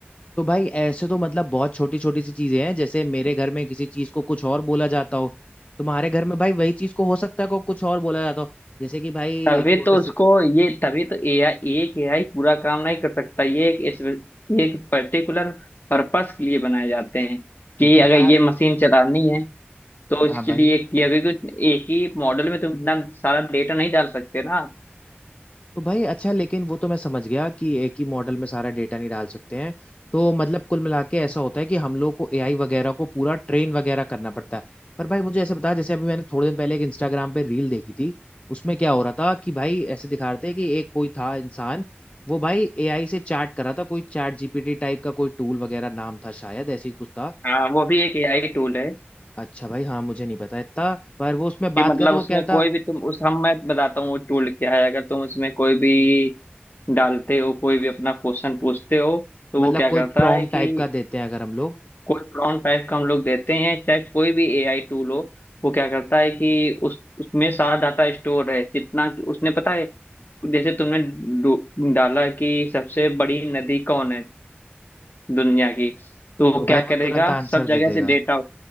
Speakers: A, on the left; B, on the left.
A: तो भाई ऐसे तो मतलब बहुत छोटी छोटी सी चीजें हैं जैसे मेरे घर में किसी चीज को कुछ और बोला जाता हो तुम्हारे घर में भाई वही चीज को हो सकता है को कुछ और बोला जाता हो जैसे कि भाई
B: तभी
A: एक छोटे
B: तो
A: से
B: उसको ये तभी तो एआई एक एआई पूरा काम नहीं कर सकता ये एक इस, ये एक पर्टिकुलर पर्पस के लिए बनाए जाते हैं कि
A: लेकिन
B: अगर
A: यार
B: ये मशीन चलानी है तो इसके
A: हाँ भाई
B: लिए कि अगर कुछ एक ही मॉडल में तो इतना सारा डेटा नहीं डाल सकते ना
A: तो भाई अच्छा लेकिन वो तो मैं समझ गया कि एक ही मॉडल में सारा डेटा नहीं डाल सकते हैं तो मतलब कुल मिला के ऐसा होता है कि हम लोग को एआई वगैरह को पूरा ट्रेन वगैरह करना पड़ता है पर भाई मुझे ऐसे बता जैसे अभी मैंने थोड़े दिन पहले एक इंस्टाग्राम पे रील देखी थी उसमें क्या हो रहा था कि भाई ऐसे दिखा रहे थे कि एक कोई था इंसान वो भाई एआई से चैट कर रहा था कोई चैट जीपीटी टाइप का कोई टूल वगैरह नाम था शायद ऐसे ही कुछ था
B: हाँ वो भी एक एआई टूल है
A: अच्छा भाई हाँ मुझे नहीं पता इतना पर वो उसमें बात
B: कि मतलब
A: किया तो
B: उसमें
A: वो कह रहा
B: कोई
A: था
B: भी तुम उस हम मैं बताता हूँ वो टूल क्या है अगर तुम उसमें कोई भी डालते हो कोई भी अपना क्वेश्चन पूछते हो तो
A: मतलब
B: वो क्या
A: कोई
B: करता
A: प्रॉम्प्ट
B: है
A: टाइप
B: कि
A: का देते हैं अगर हम लोग
B: कोई प्रॉम्प्ट टाइप का हम लोग देते हैं चाहे कोई भी एआई टूल हो वो क्या करता है कि उस उसमें सारा डाटा स्टोर है जितना कि उसने पता है जैसे तुमने डू- डाला कि सबसे बड़ी नदी कौन है दुनिया की तो वो
A: तो
B: क्या
A: भाई वो
B: करेगा
A: तुरंत आंसर
B: सब जगह
A: दे
B: से
A: देगा
B: डेटा